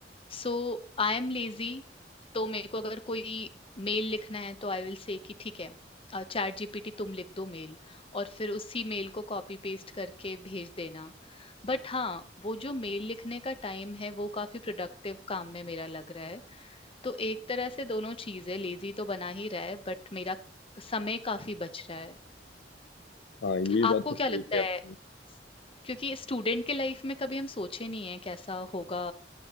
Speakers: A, on the left; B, on the left.
A: सो आई एम लेजी तो मेरे को अगर कोई मेल लिखना है तो आई विल से कि ठीक है चैट जीपीटी तुम लिख दो मेल और फिर उसी मेल को कॉपी पेस्ट करके भेज देना बट हाँ वो जो मेल लिखने का टाइम है वो काफी प्रोडक्टिव काम में मेरा लग रहा है तो एक तरह से दोनों चीजें लेजी तो बना ही रहा है बट मेरा समय काफी बच रहा है
B: हाँ ये
A: आपको
B: बात तो
A: क्या
B: सही
A: लगता
B: है
A: है
B: आपने
A: स- क्योंकि स्टूडेंट के लाइफ में कभी हम सोचे नहीं है कैसा होगा